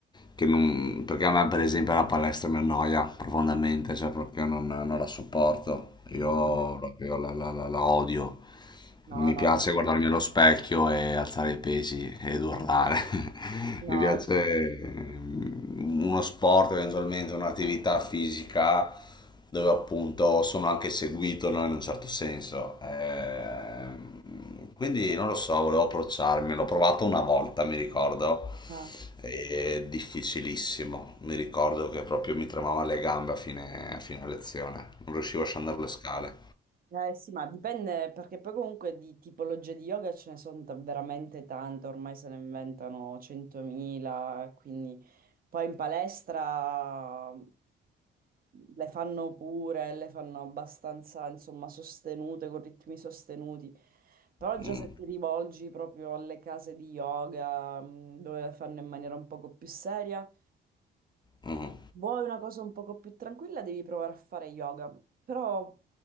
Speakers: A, on the left (about 20°); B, on the right (about 45°).
A: che non... Perché a me, per esempio, la palestra mi annoia profondamente, cioè proprio non, non la sopporto. Io
B: No, no,
A: proprio la, la- la- la odio.
B: no,
A: Non mi
B: no,
A: piace
B: no.
A: guardarmi allo specchio e alzare i pesi ed urlare. <laughs>
B: no.
A: Mi piace mm, uno sport, eventualmente un'attività fisica dove appunto sono anche seguito, no, in un certo senso. Ehm, quindi non lo so, volevo approcciarmi. L'ho provato una volta, mi ricordo.
B: Ah,
A: È difficilissimo. Mi ricordo che proprio mi tremavano le gambe a fine, a fine lezione. Non riuscivo a scendere le scale.
B: eh, eh, sì, ma dipende perché poi comunque di tipologie di yoga ce ne sono ta- veramente tante, ormai se ne inventano 100.000, quindi poi in palestra mm, le fanno pure, le fanno abbastanza, insomma, sostenute, con ritmi sostenuti. Però già
A: Mm,
B: se ti rivolgi proprio alle case di yoga, mm, dove le fanno in maniera un poco più seria,
A: mm,
B: Vuoi una cosa un poco più tranquilla, devi provare a fare yoga, però